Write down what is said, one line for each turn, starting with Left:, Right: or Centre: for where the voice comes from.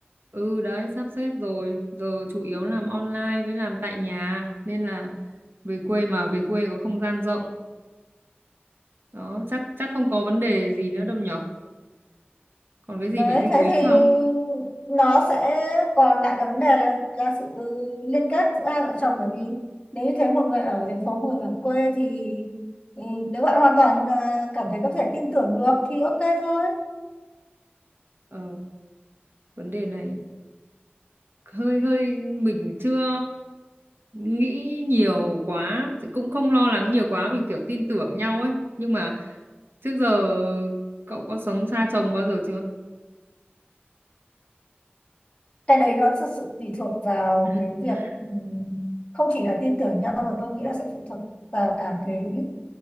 Right: ừ đấy sắp xếp rồi giờ chủ yếu làm online với làm tại nhà nên là về quê mà về quê có không gian rộng đó chắc chắc không có vấn đề gì nữa đâu nhở còn cái gì
Left: Đấy,
Right: phải lưu
Left: thế
Right: ý
Left: thì
Right: không
Left: nó sẽ còn lại cái vấn đề là là sự liên kết giữa hai vợ chồng bởi vì nếu như thế một người ở thành phố một người ở quê thì ừ, nếu bạn hoàn toàn à, cảm thấy có thể tin tưởng được thì ok thôi
Right: ờ, vấn đề này hơi hơi mình chưa nghĩ nhiều quá cũng không lo lắng nhiều quá vì kiểu tin tưởng nhau ấy nhưng mà trước giờ cậu có sống xa chồng bao giờ chưa
Left: cái đấy nó thực sự tùy thuộc vào
Right: <laughs>
Left: cái việc ừm, không chỉ là tin tưởng nhau mà tôi nghĩ là sẽ phụ thuộc vào cả cái